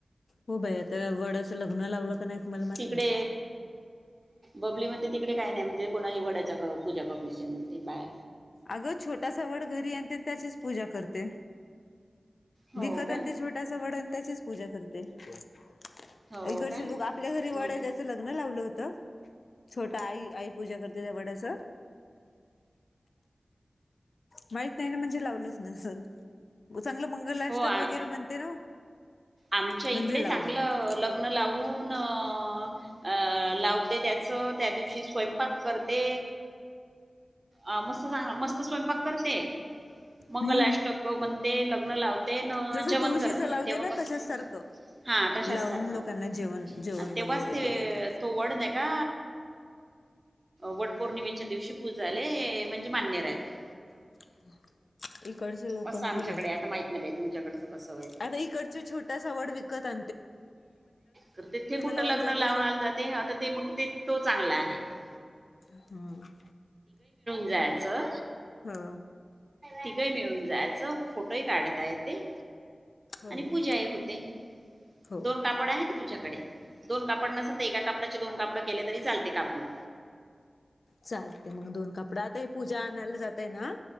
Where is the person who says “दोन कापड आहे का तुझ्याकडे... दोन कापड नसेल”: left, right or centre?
Right